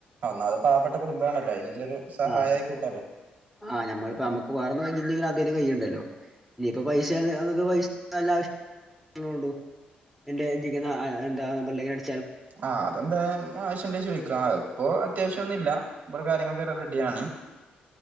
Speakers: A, on the right; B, in the centre.
A: ഒന്നാമത് പാവപ്പെട്ട കുടുംബാണല്ലോ അയിനുള്ളൊരു സഹായായി
B: ആഹ്
A: കൂട്ടാലോ
B: ആഹ് ഞമ്മളിപ്പോ നമുക്ക് വേറൊന്നും കഴിഞ്ഞില്ലേലും അതേലും കയ്യ്ണ്ടല്ലോ. ഇനിയിപ്പം പൈസേണ് <unintelligible> പൈസ വല്ല ആവശ്യ <unintelligible> പറഞ്ഞോളൊണ്ടു. എന്റെ എത്തിക്ക്ണ അ എ എന്താ. പള്ളിക്കാട്
A: ആഹ് അതെന്തായും ആവശ്യണ്ടെങ്കി ചോയിക്കാ. ഇപ്പൊ അത്യാവശ്യ ഒന്നും ഇല്ല. ഇബടെ കാര്യങ്ങളൊക്കെ റ റെഡിയാണ്.